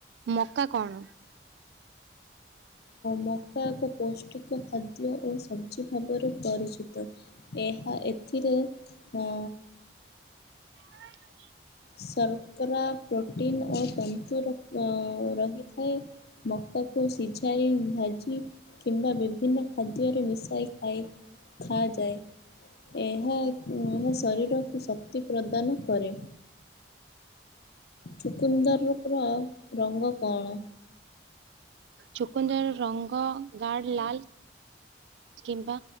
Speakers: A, on the right; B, on the left.
A: ମକା କଣ?
B: ମକା ଏକ ପୌଷ୍ଟିକ ଖାଦ୍ୟ ଓ ସବ୍ଜି ଭାବରେ ପରିଚିତ। ଏହା ଏଥିରେ ଉଁ
A: <inaudible>
B: ଶର୍କରା ପ୍ରୋଟିନ୍ ଓ <unintelligible> ରହିଥାଏ। ମକାକୁ ସିଝାଇ ଭାଜି କିମ୍ବା ବିଭିନ୍ନ ଖାଦ୍ୟରେ ମିଶାଇ ଖାଇ ଖାଆଯାଏ। ଏହା ଏହା ଶରୀରକୁ ଶକ୍ତି ପ୍ରଦାନ କରେ। ଚୁକୁନ୍ଦରୁ ପୁରା ରଙ୍ଗ କଅଁଳ
A: ଚକୁନ୍ଦର ରଙ୍ଗ ଗାଡ ଲାଲ୍ କିମ୍ବା